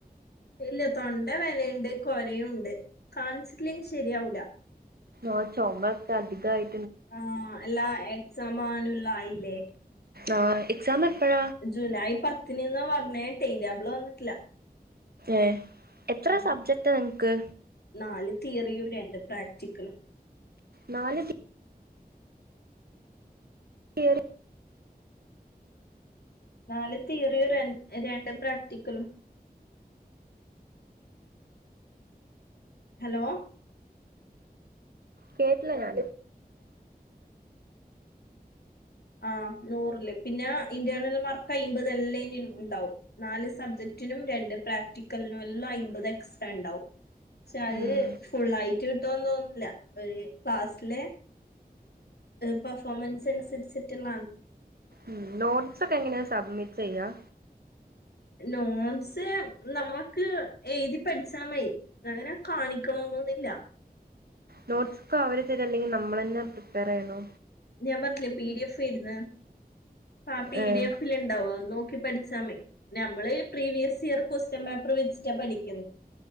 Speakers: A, on the left; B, on the right.
A: ഇല്ല തൊണ്ടവേദനയുണ്ട് കൊരയും ഉണ്ട് കാണിചിട്ടില്ലെങ്കില് ശരിയാവൂ ല
B: ആഹ് ച്ചൊമപ്പ അധികായി
A: ആ എല്ലാ എക്സാമാനുള്ളതായില്ലേ
B: ആഹ് എക്സാം എപ്പഴ
A: ജൂലൈ പത്തിന്ന്ന് പറഞ്ഞേതൈന്റെബ് ള് വന്നിട്ടില്ല
B: ഏ എത്ര
A: ഉം
B: സബ്ജക്റ്റാ നിങ്ങക്ക്
A: നാല് തീയറിയും രണ്ട് പ്രാക്ടിക്കലും
B: നാല് തി <inaudible>
A: ഉ <unintelligible> നാല് തിയറിയും രണ്ട് പ്രാക്ടിക്കലും ഹലോ
B: കേട്ടില്ല ഞാന്
A: ആഹ് നൂറില് പിന്നാ ഇന്റേർണൽ മാർക്ക് അയിമ്പത് എല്ലായ്നും ഉണ്ടാവും നാല് സബ്ജക്ടിനും രണ്ട് പ്രാക്ടിക്കലിനും എല്ലാം അയ്മ്പത് എക്സ്ട്രാണ്ടാവും പക്ഷെ അത്
B: ഉം
A: ഫുള്ളായിട്ട് കിട്ടോന്ന് തോന്ന്ന്നില്ല ഒരു ക്ലാസ്സിലെ പെർഫോമൻസ് അനുസരിച്ചിട്ടുള്ളാണ്
B: ഉ നോട്ട്സ് ഒക്കെ എങ്ങനെയാ സബ്മിറ്റ് ചെയ്യുക
A: നോട്ട്സ് നമുക്ക് എഴുതി പഠിച്ചാൽ മതി അങ്ങനെ കാണിക്കണന്നൊന്നില്ല
B: നോട്ട്സ് ഒക്കെ അവര് തരി അല്ലെങ്കിൽ നമ്മൾ തന്നെ പ്രിപ്പയർ ചെയ്യണൊ
A: ഞാൻ പറിഞ്ഞിട്ടില്ലേ പി ഡി എഫ് ഇടുന്ന ആ പി
B: ഏഹ്
A: ഡി എഫിൽ ഉണ്ടാവോ അത് നോക്കി പ ഠിച്ചാമയി നമ്മള് പ്രീവിയസ് ഇയർ ക്വസ്റ്റ്യൻ പേപ്പർ വെച്ചിട്ടാ പഠിക്കുന്ന